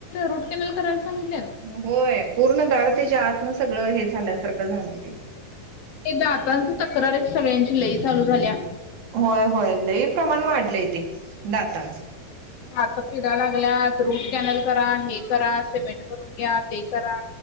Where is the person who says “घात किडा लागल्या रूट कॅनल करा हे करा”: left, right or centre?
Left